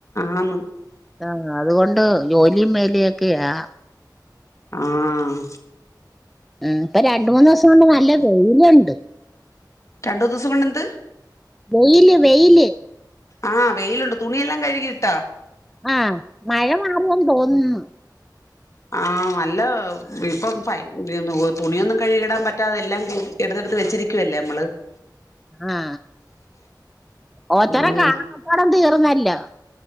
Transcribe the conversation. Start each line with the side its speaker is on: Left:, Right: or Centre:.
Left: ആണ്
Centre: ആഹ അതുകൊണ്ട് ജോലിം വേലൊക്കെയ ആ
Left: ആഹ്
Centre: ഉ ഇപ്പ രണ്ട് മൂന്ന് ദിവസം കൊണ്ട് നല്ല വെയിലുണ്ട്
Left: രണ്ടു ദിവസം കൊണ്ട് എന്ത്
Centre: വെയില് വെയില്
Left: ആഹ് വെയിലുണ്ട് തുണിയെല്ലാം കഴുകി ഇട്ടാ
Centre: ആഹ മഴ മാറിയെന്ന് തോന്നുന്നു
Left: ആഹ നല്ല ഇപ്പം തുണിയൊന്നും കഴുകിടാൻ പറ്റാതെ എല്ലാം എടുത്തെടുത്ത് വെച്ചിരിക്കുവല്ലേ നമ്മള്
Centre: ആ ഓച്ചര
Left: ആഹ്
Centre: കാണക്കപ്പാടം തീർന്ന ന്നല്ലോ